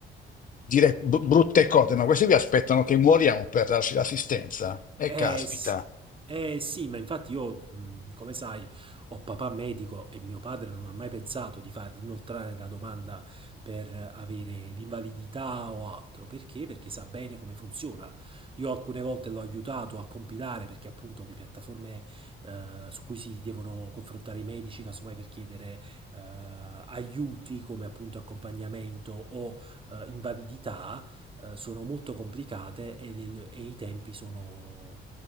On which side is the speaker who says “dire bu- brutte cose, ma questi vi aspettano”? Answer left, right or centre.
Left